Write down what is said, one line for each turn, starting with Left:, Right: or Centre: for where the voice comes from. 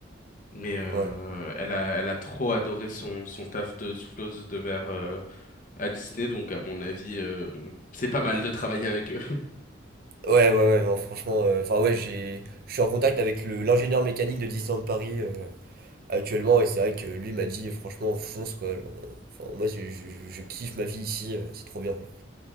Left: Mais euh,
Right: ouais.
Left: elle a, elle a trop adoré son, son taf de souffleuse de verre. euh, à Disney, donc à mon avis, euh, c'est pas mal de travailler avec eux. <laughs>
Right: Ouais, ouais, ouais, non, franchement, euh, enfin ouais, j'ai, je suis en contact avec le l'ingénieur mécanique de Disneyland Paris. euh, actuellement. Et c'est vrai que lui m'a dit, franchement, fonce quoi. genre, euh, Enfin, moi, je, je- je kiffe ma vie ici, euh, c'est trop bien. genre.